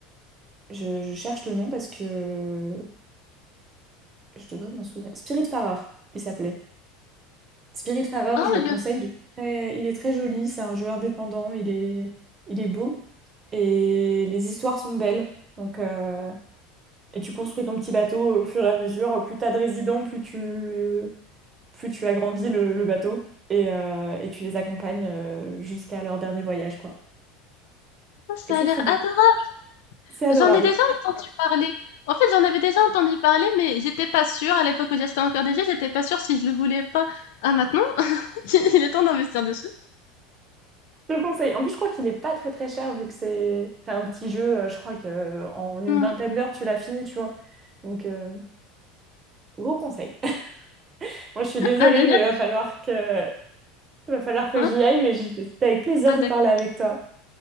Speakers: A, on the right; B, on the left.
A: je, je cherche le nom parce que je devrais m'en souvenir. Spirit il s'appelait. Spirit je
B: Oh,
A: le conseille.
B: le
A: Il est très, il est très joli, c'est un jeu indépendant, il est, il est beau. Et les histoires sont belles. Donc, euh, et tu construis ton petit bateau au fur et à mesure. Plus t'as de résidents, plus tu, plus tu agrandis le, le bateau et, euh, et tu les accompagnes euh, jusqu'à leur dernier voyage, quoi.
B: chaos, ça
A: Et c'est
B: a l'air
A: très beau.
B: adorable.
A: C'est adorable.
B: J'en ai déjà entendu parler. En fait, j'en avais déjà entendu parler, mais j'étais pas sûre. À l'époque où j'achetais encore des jeux, j'étais pas sûre si je le voulais pas. Ah, maintenant, <laughs> Il est temps d'investir dessus.
A: Je le conseille. En plus, je crois qu'il est pas très très cher vu que c'est c'est un petit jeu. euh, Je crois que euh, en une
B: Hmm.
A: vingtaine d'heures, tu l'as fini, tu vois. Donc, euh, gros conseil. <laughs> Moi, je suis désolée,
B: Ah, génial.
A: mais va falloir que va falloir que
B: Hein
A: j'y aille. Mais j'ai- c'était avec plaisir
B: ah,
A: de
B: d'accord.
A: parler avec toi.